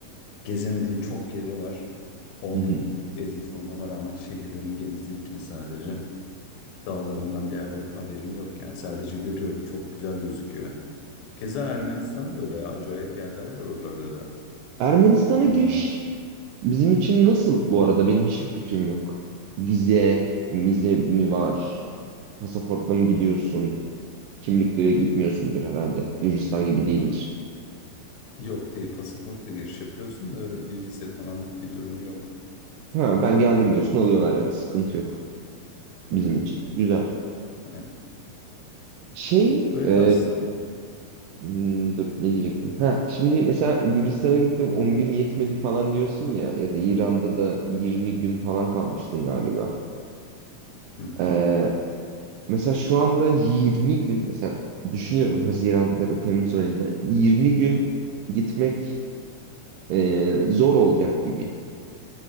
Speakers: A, on the left; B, on the right.
A: gezemediğim çok yeri var. On
B: Hı hı.
A: gün gezmiş olmama rağmen şehirlerini gezdiğim için sadece dağlarından bir haber- haberim yok. Yani sadece görüyorum çok güzel gözüküyor. Keza Ermenistan da öyle ya. Acayip yerler var oralarda da.
B: Ermenistan'a giriş
A: Ondan s-
B: bizim için nasıl bu arada? Benim hiçbir fikrim yok. Vize, vize mi var? Pasaportla mı gidiyorsun? Kimlikle gitmiyorsundur herhalde. Gürcistan gibi değildir.
A: yok diye pasaportla giriş yapıyorsun da öyle bir vize falan bir durumu yok.
B: Ha, ben geldim diyorsun alıyorlar yani sıkıntı yok bizim
A: Hı hı.
B: için. Güzel.
A: Yani
B: Şey,
A: Öyle
B: e,
A: aslında.
B: Hmm, dur ne diyecektim? Ha, şimdi mesela Gürcistan'a gittim 10 gün yetmedi falan diyorsun ya ya da İran'da da 20 gün falan kalmıştın galiba.
A: Hı hı.
B: Ee, mesela şu anda yirmi gün mesela düşünüyorum Haziran ya da Temmuz ayında 20 gün gitmek e, zor olacak gibi.